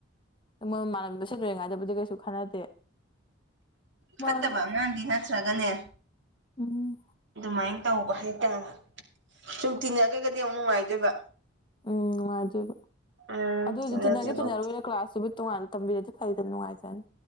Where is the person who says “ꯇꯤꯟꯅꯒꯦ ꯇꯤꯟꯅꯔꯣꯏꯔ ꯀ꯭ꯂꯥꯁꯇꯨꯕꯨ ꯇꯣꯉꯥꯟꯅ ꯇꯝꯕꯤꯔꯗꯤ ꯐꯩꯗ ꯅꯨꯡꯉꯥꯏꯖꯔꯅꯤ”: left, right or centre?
Left